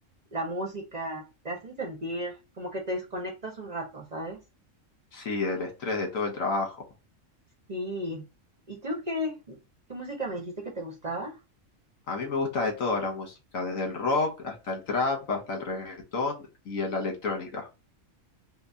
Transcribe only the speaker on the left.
Sí, del estrés de todo el trabajo.
A mí me gusta de todo la música, desde el rock hasta el trap, hasta el reggaetón y la electrónica.